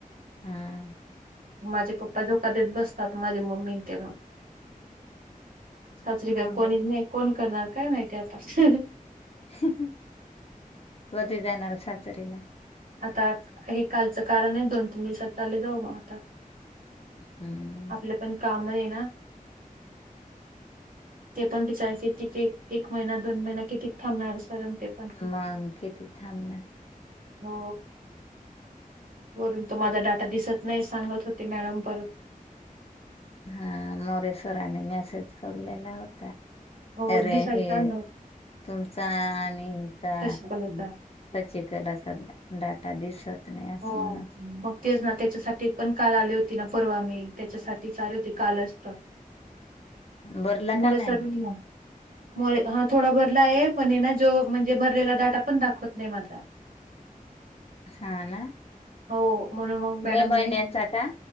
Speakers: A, on the left; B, on the right.
A: हा
B: माझे पप्पा झो का देत बस असतात माझे मम्मी न ते मग. सासरी
A: मम्मी
B: काय कोणीच नाही, कोण करणार. काय माहिती आत हूं हूं
A: हूं हूं कधी जाणार सासरीला?
B: आता हे कालचं कारण आहे, दोन तीन दिवसात चालले जाऊ मग आता.
A: हम्
B: आपले पण काम आहे ना, ते पण बिचारे किती एक महिना दोन महिना कितीक थांबणार. सरण ते पण
A: मग किती थांबना?
B: हो, वरून तो माझा डाटा दिसत नाही, सांगत होते मॅडम परत.
A: हा, मोरे सरानी मॅसेज सोडलेला होता.
B: हो
A: अरे
B: दिसायचा
A: हे,
B: न
A: तुमचा आणि हिचा
B: तशी कलता
A: सचिकलाचा डाटा दिसत. ते नाही असं
B: हो
A: म्हणत.
B: मग तेच ना त्याच्यासाठी पण काल आली होती ना परवा मी. त्याच्यासाठीच आले होते कालच तर.
A: बरला
B: मोरे
A: का नाही?
B: सर मोरे, हा थोडा भरला आहे पण हाय ना जो म्हणजे भरलेला डाटा पण दाखवत नाही माझा.
A: हा ना.
B: हो, म्हणून मग मॅडम
A: मे महिन्याचा
B: म्हणे
A: का?